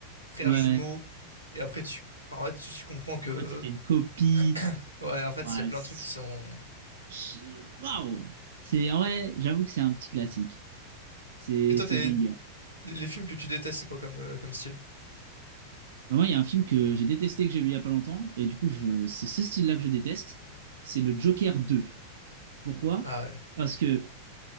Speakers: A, on the right; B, on the right.
A: frère
B: Ouais.
A: jumeau, et après, tu... enfin, en fait, tu, tu comprends que...
B: En fait, c'était une copie.
A: <coughs> Ouais, en fait,
B: Ouais,
A: il y a plein
B: c'est-
A: de trucs qui sont...
B: J'ai- Waouh! C'est, en vrai, j'avoue que c'est un petit classique. C'est,
A: Et toi,
B: c'est
A: t'es...
B: banger.
A: les films que tu détestes, c'est quoi comme, euh, comme style?
B: Bah, moi, il y a un film que j'ai détesté, que j'ai vu il y a pas longtemps, et du coup, je, c'est ce style-là que je déteste. C'est le Joker deux. Pourquoi?
A: Ah ouais.
B: Parce que